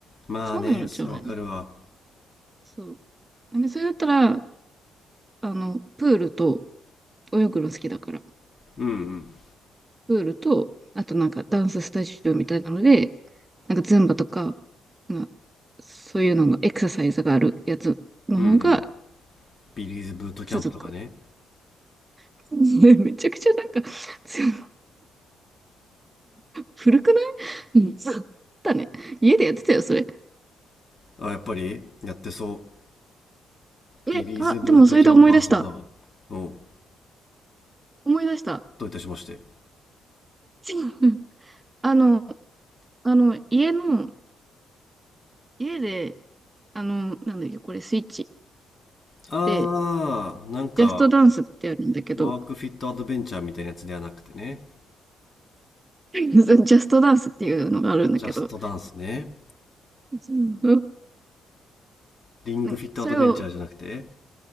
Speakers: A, on the left; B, on the right.
A: まあね、
B: つまんなくなっちゃうのよね。
A: そうわかるわ。
B: そう。で、それだったら、あの、プールと、泳ぐの好きだから、
A: うんうん。
B: プールと、あとなんかダンススタジオみたいなので、なんかズンバとか、まあ、そういうのが、エクササイズがあるやつの方が
A: うんうん。ビリーズブートキャンプとかね。
B: 続く。<laughs> めちゃくちゃなんか、強く古くないうん。だね。家でやってたよ、それ。
A: あ、やっぱりやってそう。
B: え、
A: ビリーズブートキャンパーそうだわ。
B: あ、でもそれで思い出した。
A: おう、
B: 思い出した。
A: どういたしまして。
B: <laughs> あの、あの、家の、家で、あの、なんだっけ、これ、スイッチ
A: あー、
B: で、
A: なんか、
B: ジャストダンスってあるんだけど、
A: ワークフィットアドベンチャーみたいなやつではなくてね。
B: <laughs> ジャストダンスっていうのがあるんだけど、
A: ジャストダンスね。
B: うん
A: リングフィットアドベンチャーじゃなくて、
B: なんかそれを